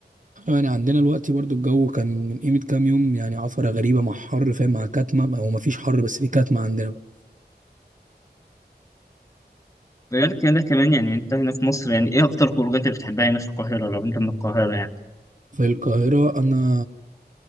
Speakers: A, on the right (about 50°); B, on the left (about 20°).
A: يعني عندنا الوقت برضو الجو كان من قيمه كام يوم يعني عفره غريبه مع حر فاهم مع كتمه او ما فيش حر بس في كتمه عندنا بقى
B: ده غير كده كمان يعني انت هنا في مصر يعني ايه اكتر خروجات اللي بتحبها هنا في القاهرة لو انت من القاهرة يعني
A: في القاهره انا